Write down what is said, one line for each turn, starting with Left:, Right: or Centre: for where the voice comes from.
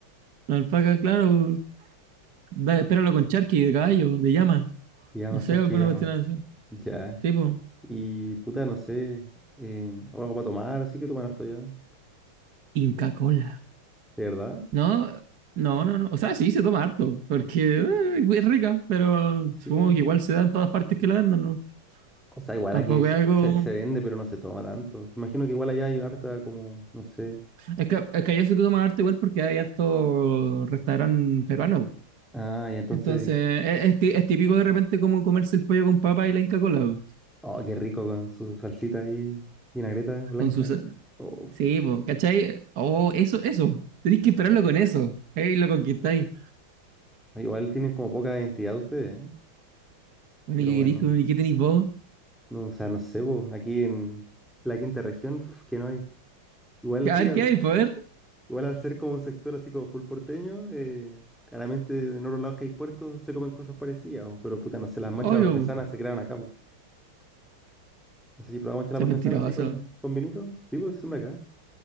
Right: alpaca, claro, da, espéralo con charqui de caballo, de llama,
Centre: llama,
Right: no sé,
Centre: charque
Right: alguna
Centre: llama,
Right: cuestión así.
Centre: ya.
Right: Sí, pues,
Centre: Y puta, no sé, eh, algo para tomar, así que tomar harto ya.
Right: Inca Kola.
Centre: ¿De verdad?
Right: No, no, no, no. O sea, sí, se toma harto, porque eh, es rica, pero
Centre: Sí,
Right: supongo
Centre: obvio.
Right: que igual se da en todas partes que la vendan, ¿no?
Centre: O sea, igual
Right: Tampoco
Centre: aquí se,
Right: es algo...
Centre: se- se vende, pero no se toma tanto. Imagino que igual allá hay harta como, no sé.
Right: Es que, es que allá se toma harto igual porque hay harto restaurante peruano.
Centre: Ah, y entonces,
Right: Entonces, es, es ti- es típico de repente como comerse el pollo con papa y la Inca Kola. po,
Centre: oh, qué rico con su salsita y vinagreta blanca.
Right: Con su... sa-
Centre: Oh,
Right: Sí, po, ¿cachai? Oh, eso, eso. Tenéis que esperarlo con eso. Ey, lo conquistáis.
Centre: igual tienen como poca identidad ustedes, ¿eh?
Right: Bueno,
Centre: Pero
Right: ¿y qué
Centre: bueno,
Right: queréis? con- ¿Y qué tenéis vos?
Centre: no, o sea, no sé, po, aquí en la quinta región, pf, que no hay. Igual
Right: A
Centre: así,
Right: ver,
Centre: al,
Right: ¿qué hay, poder?
Centre: igual al ser como un sector así como full porteño, eh, claramente en otros lados que hay puertos se comen cosas parecidas, po, pero puta, no sé, las machas
Right: Obvio,
Centre: a la parmesana
Right: po.
Centre: se crearon acá, po. No sé si probamos machas a la
Right: Soy
Centre: parmesana
Right: mentiroso.
Centre: así con, con vinito. Sí, pues, son de acá.